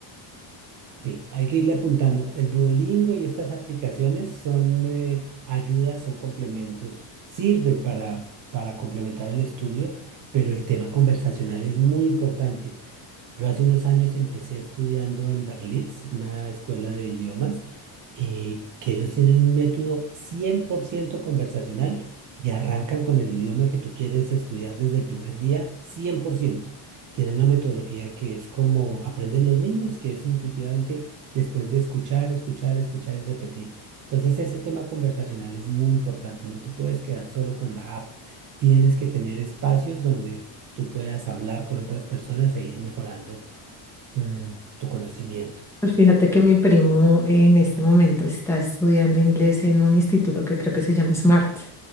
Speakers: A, on the right (about 40°); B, in the centre.
A: Sí, hay que irle apuntando. El Duolingo y estas aplicaciones son eh, ayudas, son complementos, sirven para, para complementar el estudio, pero el tema conversacional es muy importante. Yo hace unos años empecé estudiando en Berlitz, una escuela de idiomas, eh, que ellos tienen un método 100% conversacional y arrancan con el idioma que tú quieres estudiar desde el primer día, 100%. Tienen una metodología que es como aprenden los niños, que es intuitivamente después de escuchar, escuchar, escuchar y repetir. Entonces ese tema conversacional es muy importante, no te puedes quedar solo con la app, tienes que tener espacios donde tú puedas hablar con otras personas e ir mejorando mm, tu conocimiento.
B: Pues Fíjate que mi primo en este momento está estudiando inglés en un instituto que creo que se llama SMART.